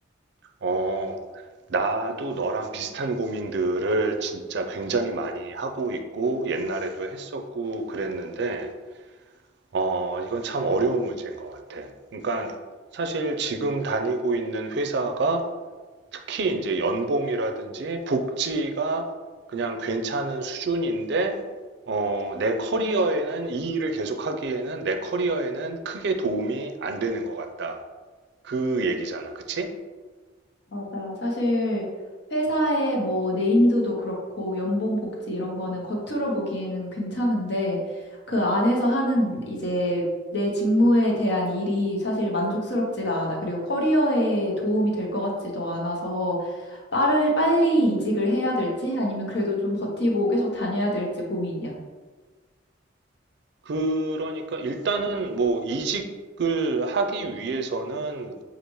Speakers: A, on the right; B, on the left.
A: 어, 나도 너랑 비슷한 고민들을 진짜 굉장히 많이 하고 있고, 옛날에도 했었고, 그랬는데, 어, 이건 참 어려운 문제인 것 같아. 그러니까, 사실 지금 다니고 있는 회사가 특히 이제 연봉이라든지 복지가 그냥 괜찮은 수준인데, 어, 내 커리어에는 이 일을 계속하기에는 내 커리어에는 크게 도움이 안 되는 것 같다. 그 얘기잖아. 그치?
B: 맞아. 사실 회사의 뭐 네임드도 그렇고 연봉 복지 이런 거는 겉으로 보기에는 괜찮은데 그 안에서 하는 이제 내 직무에 대한 일이 사실 만족스럽지가 않아. 그리고 커리어에 도움이 될 것 같지도 않아서 빠를 빨리 이직을 해야 될지 아니면 그래도 좀 버티고 계속 다녀야 될지 고민이야.
A: 그러니까 일단은 뭐 이직을 하기 위해서는